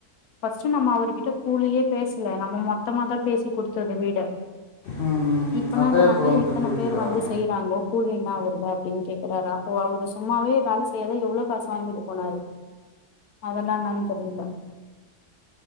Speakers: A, on the left; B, on the left.
A: ஃபர்ஸ்ட்டு நம்ம அவுருகிட்ட கூலியே பேசல நம்ப மொத்தமா தா பேசி குடுத்தது வீட
B: ம்
A: இப்பனா
B: அப்பயே
A: அத நக
B: இப்போ வந்து
A: எத்தன
B: கூலி
A: பேர்
B: கேக்குறாங்க
A: வந்து செய்றாங்கோ கூலி இன்னா வருது அப்டின் கேக்குறாரு அப்போ அவுரு சும்மாவே வேல செய்யாதே எவ்ளோ காசு வாங்கிட்டு போனாரு அதுலா இன்னான் தெரியில